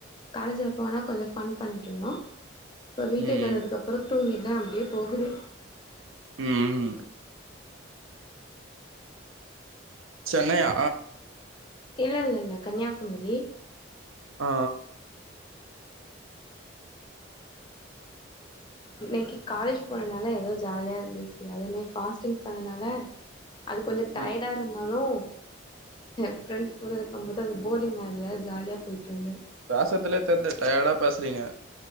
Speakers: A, on the left; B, on the right.
A: காலேஜ்ல போனா கொஞ்சு ஃபன் பண்ட்டு இருந்தோ சோ வீட்டுக்கு
B: ம்
A: வந்ததுக்கு அப்புற தூங்கிட்டே அப்டியே போகுது
B: ம் சென்னையா
A: இல்ல இல்ல இல்ல கன்னியாகுமரி
B: ஆ
A: இன்னைக்கி காலேஜ் போனனால ஏதோ ஜாலியா இருந்துச்சி அதுவுமே ஃபாஸ்டிங் பண்ணனால அது கொஞ்சு டையர்டா
B: ம்
A: இருந்தாலு எ ஃப்ரெண்ட்ஸ் கூட இருக்கும் போது அது போரிங்கா இல்ல ஜாலியா போயிட்டு இருந்த
B: பேசத்துலயே தெரிதே டயர்டா பேசுறீங்க